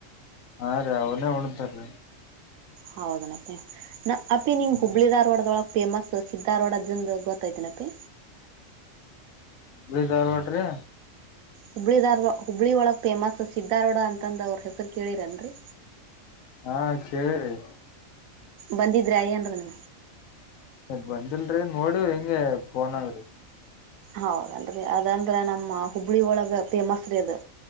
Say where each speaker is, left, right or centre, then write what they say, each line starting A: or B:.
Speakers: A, on the left (about 80°); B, on the right (about 80°).
A: ಹಾ ರೀ ಅವನೇ ಹಣಂತಾರೀ
B: ಹೌದನಪ್ಪೇ ನ ಅಪ್ಪಿ ನೀಂಗ್
A: ಹ್ಮ್.
B: ಹುಬ್ಳಿ ದಾರ್ವಾಡದೊಳಗ್ ಫೇಮಸ್ ಸ್ಧಾರೋಡ್ ಅದ್ದಂದ ಗೊತ್ತೈ್ತನಪಿ
A: ಹುಬಳ ದಾರವಾಡೆ
B: ಹುಬ್ಳಿಿದಾರ್ ಹುಬ್ಳಿ ಒಳಗ್ ಫೇಮಸ್ ಸಿದ್ದಾರೋಡ ಅಂತಂದ ಅವ್ರ ಹೆಸರು ಕೇಳಿರನ್ರರಿ
A: ಹಾ ಕೇಳಿ್ರೀ
B: ಬಂದಿಿದ್ರಾಯನ್ ರಮ
A: ಬಂದಿಲ್ರರಿ ನೋಡವ್ರಿ ಹಿಂಂಗಗೆ ಫೋನ್ಗ್ರಿ
B: ಹೌದಂದ್ರೆ ಅದಂದ್ರ ನಮ್ಮ ಹುಬ್ಳಿ ಒಳಗ ಫೇಮಸ್ ರೀ ಅದು